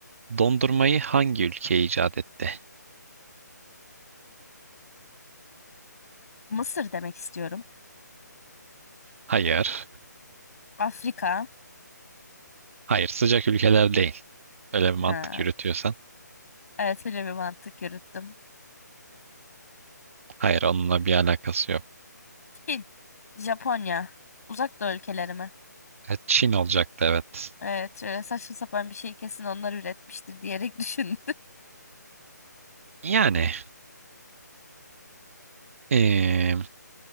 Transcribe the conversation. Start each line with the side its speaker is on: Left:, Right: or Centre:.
Right: Dondurmayı hangi ülke icat etti?
Left: Mısır demek istiyorum.
Right: Hayır.
Left: Afrika.
Right: Hayır, sıcak ülkeler değil. Öyle bir mantık
Left: Ha.
Right: yürütüyorsan.
Left: Evet böyle bir mantık yürüttüm.
Right: Hayır onunla bir alakası yok.
Left: Çin. Japonya. Uzak Doğu ülkeleri mi?
Right: E, Çin olacaktı evet.
Left: Evet şöyle saçma sapan bir şey kesin onlar üretmiştir diyerek <laughs> düşündüm.
Right: Yani eee,